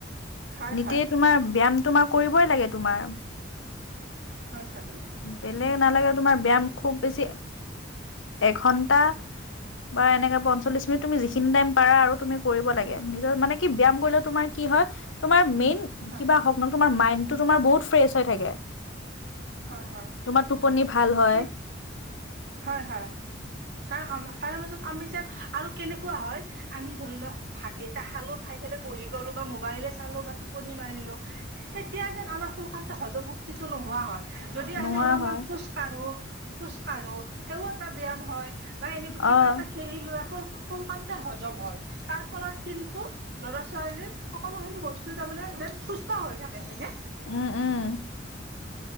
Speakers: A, on the right; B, on the left.
A: হয়
B: নিতেই
A: হয়
B: তোমাৰ ব্যায়াম তোমাৰ কৰিবই লাগে তোমাৰ।
A: হয় হয়
B: বেলেগ নালাগে তোমাৰ ব্যায়াম খুব বেছি এঘন্ টা, বা এনেকে পঞ্চল্লিশ মিনিট, তুমি যিখিনি টাইম পাৰা আৰু। তুমি কৰিব লাগে, নিজৰ মানে কি, ব্যায়াম কৰিলে তোমাৰ কি হয়, তোমাৰ মেইন
A: হয়
B: কিবা হক নহওঁক, তোমাৰ মাইণ্ডটো তোমাৰ বহুত ফ্ৰেছ হৈ থাকে।
A: হয় হয়।
B: তোমাৰ টোপনি ভাল হয়
A: সেই, হয় হয়, <unintelligible> তাৰ মাজত আমি যেন, আৰু কেনেকুৱা হয়, আমি ধৰি লওঁ ভাত কেইটা খালো, খাই পেলাই বহি গ'লো বা মোবাইলে চালো বা টোপনি মাৰিলো, সেতিয়া যেন আমাৰ সোনকালতে হজম শক্তিটো নোহোৱা হয়। যদি আমি
B: নোহোৱা
A: অলপমান
B: হয়
A: খোজ কাঢ়ো, খোজ কাঢ়ো সেইও এটা ব্যায়াম হয়। বা এনেকৈ
B: অ',
A: কিবা এটা খেলিলো, আকৌ সোনকালতে হজম হয়, তাৰ ফলত কিন্তু ল'ৰা ছোৱালীৰ সকলোখিনি বস্তু তাৰমানে যেন সুস্থ হৈ থাকে, হয় নে?
B: উম উম।